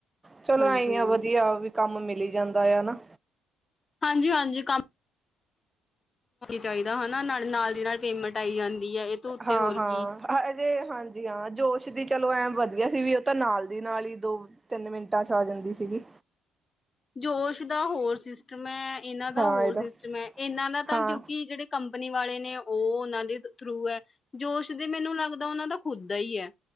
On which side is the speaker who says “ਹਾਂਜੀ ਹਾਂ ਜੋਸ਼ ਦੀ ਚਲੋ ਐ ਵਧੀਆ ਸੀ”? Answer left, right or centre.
Right